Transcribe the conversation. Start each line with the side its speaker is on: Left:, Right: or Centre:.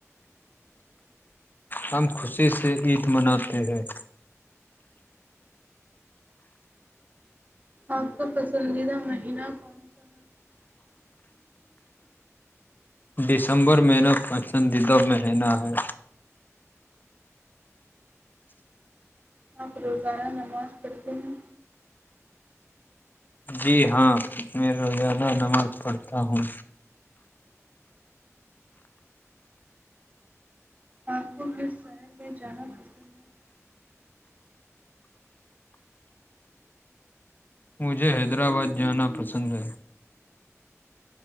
Left: ہم خوشی سے عید مناتے ہیں
Right: آپ کا پسندیدہ مہینہ کون سا ہے
Left: دسمبر میںینا پسندیدہ مہینہ ہے
Right: آپ روزانہ نماز پڑھتے ہیں
Left: جی ہاں میں روزانہ نماز پڑھتا ہوں
Right: آپ کو کھر شہر میں جانا پسند ہے
Left: مجھے حیدرآباد جانا پسند ہے